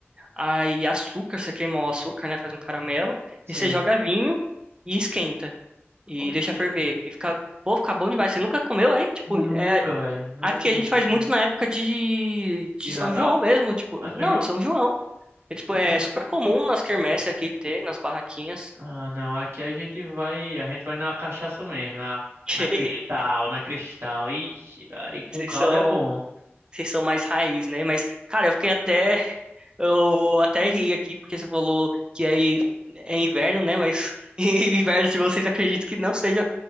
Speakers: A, on the right; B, on the right.
A: Aí açúcar, você queima o açúcar, né? Faz um caramelo.
B: sim
A: E você joga vinho e esquenta. E
B: Oxe,
A: deixa ferver. E fica, pô, fica bom demais. Você nunca comeu aí? Tipo,
B: nunca,
A: é,
B: velho. Nunca
A: aqui
B: comi
A: a gente
B: quentão.
A: faz muito na época de, de
B: De Natal?
A: São João mesmo. Tipo,
B: Ah, São
A: não,
B: João?
A: de São João. É, tipo,
B: Ah,
A: é super comum nas quermesses aqui ter, nas barraquinhas.
B: ah, não. Aqui a gente vai, a gente vai na cachaça mesmo, na,
A: <laughs>
B: na Cristal, na Cristal. Ixi, cara, e com
A: Que Vocês
B: caldo
A: são,
B: é bom.
A: vocês são mais raiz, né? Mas, cara, eu fiquei até Eu até ri aqui, porque você falou que aí é inverno, né? Mas <laughs> inverno de vocês acredito que não seja